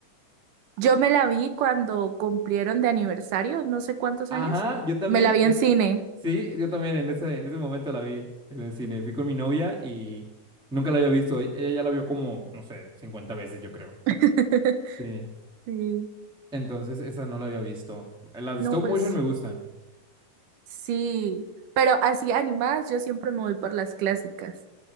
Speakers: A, on the right; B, in the centre.
A: Yo me la vi cuando cumplieron de aniversario, no sé cuántos
B: Ajá,
A: años.
B: yo también.
A: Me la vi
B: eh,
A: en cine.
B: sí, yo también en ese, en ese momento la vi en el cine. Fui con mi novia y nunca la había visto. e- Ella ya la vio como, no sé, 50 veces, yo creo.
A: <laughs>
B: Sí.
A: Sí.
B: Entonces, esa no la había visto. Las de
A: No,
B: stop
A: pues
B: motion me gustan.
A: sí. Pero así animadas, yo siempre me voy por las clásicas.